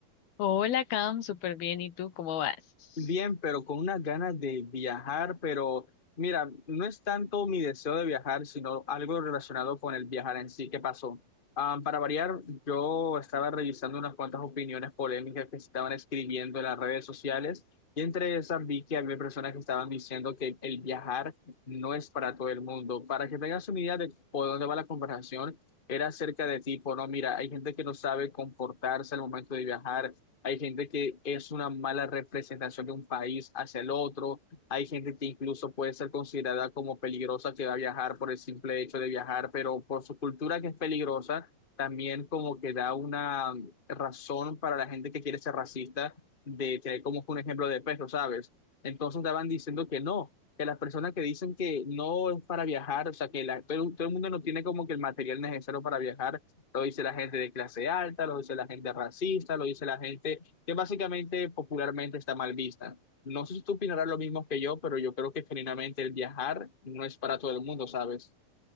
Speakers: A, on the left (about 80°); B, on the left (about 25°).
A: Hola, Cam, súper bien. ¿Y tú cómo vas?
B: Bien, pero con unas ganas de viajar, pero mira, no es tanto mi deseo de viajar, sino algo relacionado con el viajar en sí. ¿Qué pasó? Ah, para variar, yo estaba revisando unas cuantas opiniones polémicas que se estaban escribiendo en las redes sociales y entre esas vi que había personas que estaban diciendo que el viajar no es para todo el mundo. Para que tengas una idea de por dónde va la conversación, era acerca de tipo, no, mira, hay gente que no sabe comportarse al momento de viajar hay gente que es una mala representación de un país hacia el otro, hay gente que incluso puede ser considerada como peligrosa que va a viajar por el simple hecho de viajar, pero por su cultura que es peligrosa, también como que da una razón para la gente que quiere ser racista de tener como un ejemplo de peso, ¿sabes? Entonces estaban diciendo que no. que las personas que dicen que no es para viajar, o sea, que la- todo, todo el mundo no tiene como que el material necesario para viajar, lo dice la gente de clase alta, lo dice la gente racista, lo dice la gente que básicamente popularmente está mal vista. No sé si tú opinarás lo mismo que yo, pero yo creo que genuinamente el viajar no es para todo el mundo, ¿sabes?